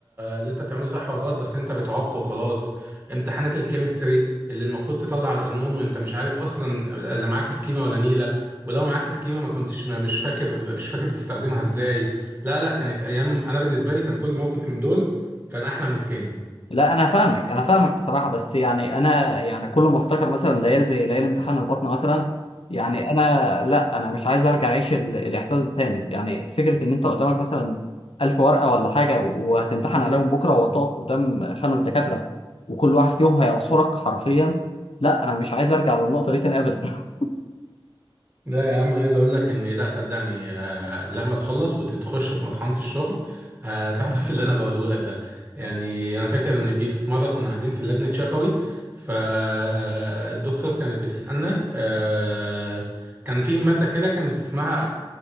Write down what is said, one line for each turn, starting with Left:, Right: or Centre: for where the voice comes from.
Right: اللي انت بتعمله صح ولا غلط بس انت بتعك وخلاص امتحانات الكيمستري اللي المفروض تطلع القانون وانت مش عارف اصلا لا معاك سكيمه ولا نيله ولو معاك سكيمه ما كنتش ما مش فاكر مش فاكر بتستخدمها ازاي لا لا كانت ايام انا بالنسبه لي كان كل موقف من دول كان احلى من التاني
Left: لا انا فاهمك انا فاهمك بصراحه بس يعني انا يعني كل ما افتكر مثلا ليالي زي ليالي امتحان البطنه مثلا يعني انا لا انا مش عايز ارجع اعيش ال- الاحساس ده تاني يعني فكره ان انت قدامك مثلا ألف ورقه ولا حاجه وهتمتحن عليهم بكره وهتقف قدام خمس دكاتره وكل واحد فيهم هيعصرك حرفيا لا انا مش عايز ارجع للنقطه دي تاني ابدا <laughs>
Right: لا يا عم عايز اقول لك ان لا صدقني آه لما تخلص وتخش في مطحنة الشغل هتعرف <laughs> اللي انا بقوله لك ده يعني انا فاكر ان في في مره كنا قاعدين في لجنه شفوي فالدكتور كانت بتسالنا آه كان في ماده كده كانت اسمها